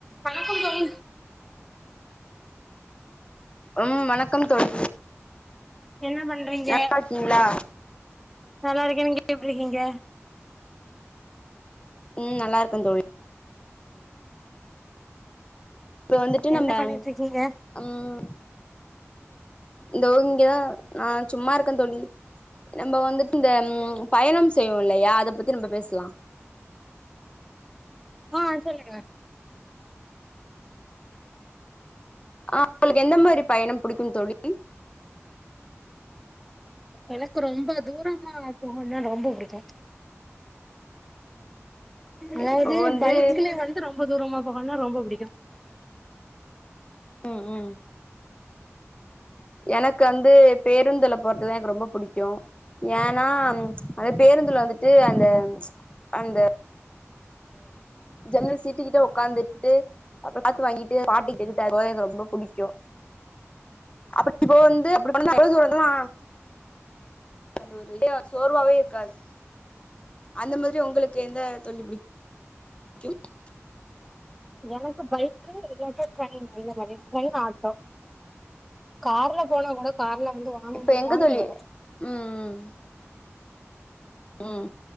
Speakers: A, in the centre; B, on the left (about 20°).
A: வணக்கம் தோழி
B: உம் வணக்கம் தோழி
A: என்ன பண்றீங்க
B: நல்லா இருக்கீங்களா
A: நல்லா இருக்கே நீங்க எப்டி இருக்கீங் க
B: ம் நல்லா இருக்க தோழி இப்ப வந்துட்டு
A: என்ன
B: நம்ம
A: பண்ணிட்டு இருக்கீங்க
B: அம் இந்தோ இங்க நா சும்மா இருக்கே தோழி நம்ப வந்துட்டு இந்த பயணம் செய்வோ இல்லையா அத பத்தி நம்ப பேசலா
A: ஆ சொல்லுங்க
B: ஆ உங்களுக்கு எந்த மாரி பயணம் பிடிக்கு தோழி
A: எனக்கு ரொம்ப தூரமா போனா ரொம்ப புடிக்கு அதாவது
B: இப்போ வந்து
A: பைக்ல வந்து ரொம்ப தூரமா போகணும்னா ரொம்ப பிடிக்கு
B: ம் ம் எனக்கு வந்து பேருந்துல போறதுதா எனக்கு ரொம்ப புடிக்கு ஏன்னா அந்த பேருந்துல வந்துட்டு அந்த அந்த ஜன்னல் சீட்டு கிட்ட ஒக்காந்துட்டு அப்பறோ காத்து வாங்கிட்டு பாட்டு கேட்டுட்டு அது போக எனக்கு ரொம்ப பிடிக்கு அப்டி இப்போ வந்து அப்டி அந்த பொழுது வந்து நா அந்த ஒரு இது சோர்வாவே இருக்காது அந்த மாதிரி உங்களுக்கு எந்த தோழி பிடிக் கியூட்
A: எனக்கு பைக்கு இல்லாட்ட ட்ரெயின் இந்த மாதிரி ட்ரெயின் ஆட்டோ கார்ல போனா கூட கார்ல வந்து வாந்தி
B: இப்ப எங்க
A: வாந்தி
B: தோழி
A: வரு
B: ம் ம் ம்